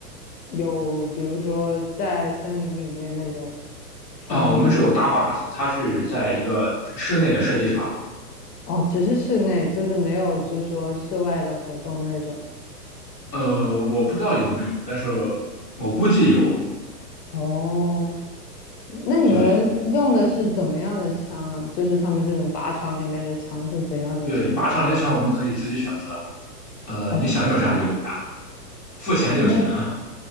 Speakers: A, on the left; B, on the left.
A: 有，比如说在森林里面那种？穿，
B: 啊、我们是有打靶子，它是在一个室内的射击场，
A: 哦，只是室内，就是没有就说室外的活动那种。
B: 呃，我不知道有没有，但是我估计有。
A: 哦，那你们用的是怎么样的枪啊？
B: 对，
A: 就是他们这种靶场里面的枪是怎样的枪？
B: 对，靶场猎枪我们可以自己选择，呃，
A: 哦，
B: 你想用啥就用啥，付钱就行。
A: 那
B: <laughs>